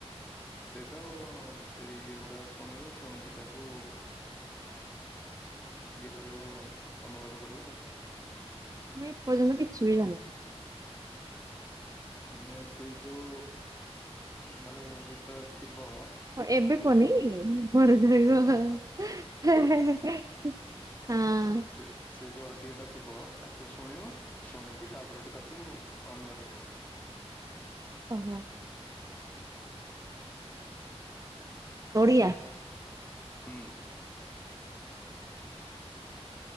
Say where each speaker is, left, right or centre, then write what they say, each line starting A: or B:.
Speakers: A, on the left; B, on the right.
A: ସିଏତ ସେଇ ଇଏ ଗୁଡା ଶୁଣିବ ଶୁଣିକି ତାକୁ ଇଏ କରିବ ଅନୁବାଦ କରିବ।
B: ମୁଁ ଏପର୍ଯ୍ୟନ୍ତ କିଛି ବି ଜାଣିନି।
A: ମାନେ ସେ ଯୋଉ ଉଁ ମାନେ ଇଏଟା ଥିବ
B: ହଁ ଏବେ
A: ତାକୁ
B: ପନି
A: ଶୁଣିବ
B: <unintelligible> ହେ
A: ହଁ
B: ହେ ହେ। ହଁ।
A: ସେ ସେ ଯୋଉ ଅଡିଓ ଟା ଥିବ ତାକୁ ଶୁଣିବ ଶୁଣିକି ତାପରେ ତାକୁ ଅନୁବାଦ କରିବ।
B: ଓହୋ ଆଛ। ଓଡ଼ିଆ।
A: ହୁଁ